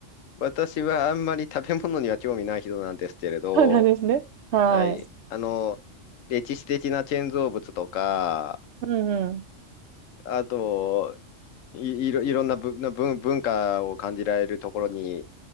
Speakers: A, on the left; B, on the right.
A: 私はあんまり食べ物には興味ない人なんですけれど、
B: そうなんですね。はい。
A: はい。あの、歴史的な建造物とか、
B: うんうん。
A: あと、い、いろ、いろんなぶな文、文化を感じられるところに